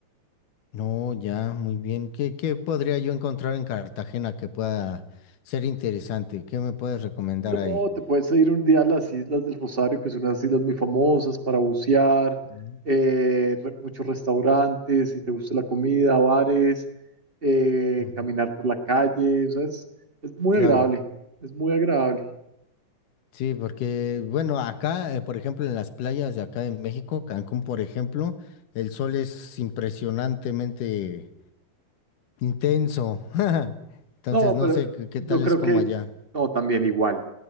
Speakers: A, on the left (about 80°); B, on the right (about 45°).
A: No, ya, muy bien. ¿Qué, qué podría yo encontrar en Cartagena que pueda ser interesante? ¿Qué me puedes recomendar
B: No,
A: ahí?
B: te puedes ir un día a las Islas del Rosario, que son unas islas muy famosas para bucear,
A: Mm,
B: eh, re- muchos restaurantes, si te gusta la comida, bares, eh,
A: ujú.
B: caminar por la calle, o sea, es, es muy
A: Claro,
B: agradable, es muy agradable.
A: sí, porque, bueno, acá, eh, por ejemplo, en las playas de acá de México, Cancún, por ejemplo, el sol es impresionantemente Intenso. <laughs> Entonces
B: No,
A: no
B: pero
A: sé qué, qué
B: yo
A: tal
B: creo
A: es como
B: que,
A: allá.
B: no, también igual,